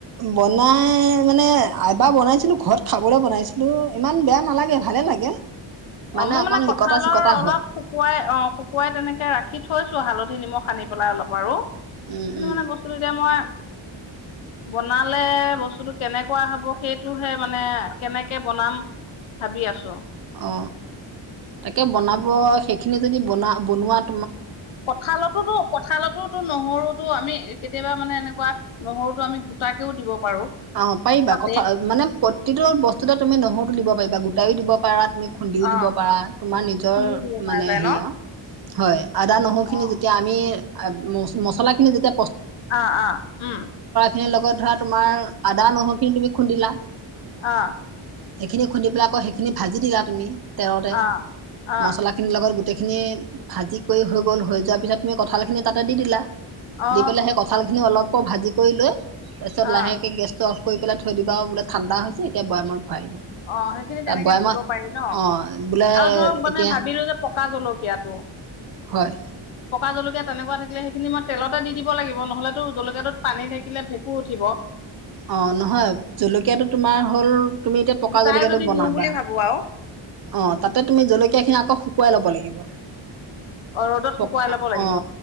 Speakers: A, on the right; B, on the left.
A: বনাই মানে এবাৰ বনাইছিলো ঘৰত খাবলৈ বনাইছিলো ইমান বেয়া নালাগে ভালে লাগে
B: অ মই
A: অকন
B: মানে কঁঠালৰ
A: লিকতা চিকতা
B: অলপ
A: হয়
B: শুকুৱাই অ শুকুৱাই তেনেকে ৰাখি থৈছো হালধি নিমখ সানি বনাই অলপ আৰু
A: উম
B: কিন্তু
A: উম
B: মানে বস্তুটো এতিয়া মই বনালে বস্তুটো কেনেকুৱা হব সেইটোহে মানে কেনেকে বনাম ভাবি আছো
A: অ তাকে বনাব সেইখিনি যদি বনা বনোৱাত
B: কঠালতোতো কঁঠালতোতো নহৰুতো আমি কেতিয়াবা মানে এনে নহৰুতো আমি গোটাকেও দিব পাৰো
A: অহ পাৰিবা
B: তাতে
A: কথা মানে প্ৰতিটো বস্তুটা তুমি নহৰু দিব গোটাইও দিব পাৰা তুমি খুন্দিও
B: অ
A: দিব পাৰা তোমাৰ নিজৰ
B: খুন্দিও দিব পৰা
A: মানে
B: যায়
A: হেৰি
B: ন
A: আৰু হয় আদা নহৰু খিনি
B: অ
A: যেতিয়া আমি ম মছলাখিনি যেতিয়া
B: অ অ উম
A: সেই লগত ধৰা তোমাৰ আদা নহওক তুমি খুন্দিলা
B: অ
A: সেইখিনি খুন্দি পেলাই আকৌ সেইখিনি ভাজি দিলা তুমি তেৰতে
B: অ অ
A: মছলা খিনিৰ লগত গোটেই খিনি ভাজি কৰি হৈ গল হৈ যোৱাৰ পিছত তুমি কঁঠাল খিনি তাতে দি দিলা
B: অ অ
A: দি পেলাই সেই কঁঠাল খিনি অলপ ভাজি কৰি লৈ তাৰ পাছত
B: অ
A: লাহেকে গেষ্ট অফ কৰি পাই থৈ দিব আৰু বোলে ঠাণ্ডা এতিয়া বৈয়ামত ভৰাই দিয়া
B: অ সেইখিনি
A: তা
B: তেনেকে
A: বৈয়ামত
B: দিব পাৰি ন
A: অ বোলে
B: আৰু ধৰক মানে
A: এতিয়া
B: ভাবিলো যে পকা জলকীয়াাতটো
A: হয়
B: পকা জলকীয়া তেনেকুৱা থাকিলে সেইখিনি মই তেলতে দি দিব লাগিব নহলেতো জলকীয়াটোত পানী থাকিলে ভেঁকু উঠিব
A: অ নহয় জলকীয়া টো তোমাৰ হ'ল তুমি এতিয়া পকা
B: গোটাই
A: জলকীয়াটো
B: যদি
A: বনাবা
B: দিওঁ বুলি ভাবো আৰু
A: অ তাতে তুমি জলকীয়া খিনি আ শুকুৱাই ল'ব লাগিব
B: অ ৰ'দত শুকুৱাই
A: কা
B: লব লাগিব
A: অ